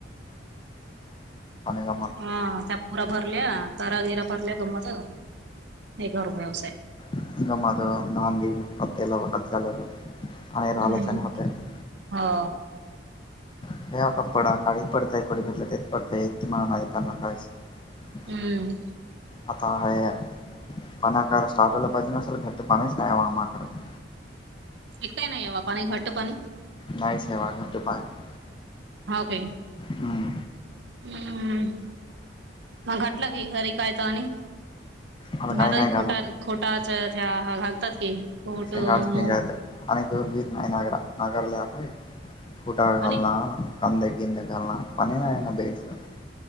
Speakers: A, on the left (about 25°); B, on the right (about 65°).
A: काय
B: हा त्या पुरा भरल्या तारा गिरा भरल्या गंमत यांच्यावर भरोसा आहे
A: <unintelligible>
B: हम्म हो
A: <unintelligible>
B: हम्म
A: आता आहे, पणा काय साटिगला पाहिजे ना सर घट्ट पाणीच नाय माझा कडं
B: एकदा ही काही नाही बाव पाणी घट्ट पाणी
A: नाही सेवा घट्ट पाणी-‍-
B: हो काई
A: हम्म
B: हम्म म घटलाग घरी कायताव आणि
A: मला
B: माता
A: काही नाही
B: खोटा
A: घाला
B: खोटाच त्या घालतात की खोट
A: शेंगाच
B: मग
A: <unintelligible> <unintelligible>
B: आणि